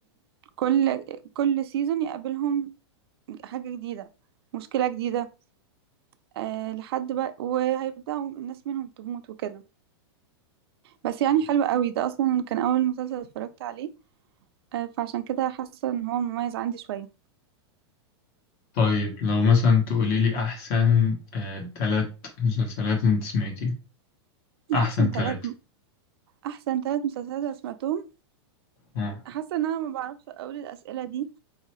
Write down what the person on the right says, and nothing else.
كل كل سيزون يقابلهم حاجة جديدة مشكلة جديدة أه لحد بقى وهيبدأوا الناس منهم تموت وكده بس يعني حلو قوي ده اصلا كان اول مسلسل اتفرجت عليه أه فعشان كده حاسة ان هو مميز عندي شوية
ده احسن
ثلاث احسن ثلاث مسلسلات أنا سمعتهم
حاسة ان انا ما بعرفش اقول الاسئلة دي